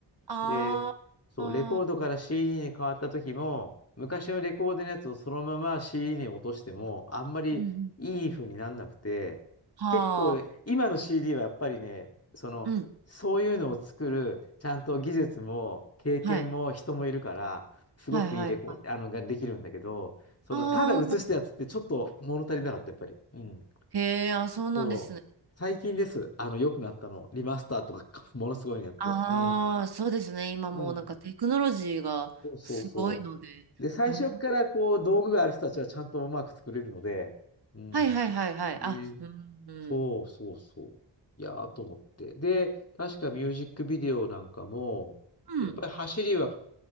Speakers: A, on the right; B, on the left.
A: あーあー、
B: で、そう、レコードから CD に変わった時も、昔のレコードのやつをそのまま CD に落としても、あんまりいい風になんなくて、
A: うんうんはあ、
B: 結構、今の CD はやっぱりね、その、
A: うん。
B: そういうのを作る、ちゃんと技術も経験も人もいるから、
A: はい。
B: すごくいいレコード、
A: はいはいはい。
B: あの、ができるんだけど、その、
A: ああ、
B: ただ映したやつってちょっと物足りなかった、やっぱり。うん。
A: へえ、あ、そうなんですね。
B: そう。最近です。あの、良くなったの。リマスターとか、ものすごいのやって。
A: ああ、
B: うん。
A: そうですね。今もうなんかテクノロジーがすごいので。
B: うん。そうそうそう。で、最初からこう、
A: なんで
B: 道具がある人たちはちゃんとうまく作れるので、うん。
A: はいはいはいはい。
B: ね。
A: あ、うん、うん。
B: そうそうそう。いやーと思って。で、確かミュージックビデオなんかも、
A: うん。
B: やっぱり走りは、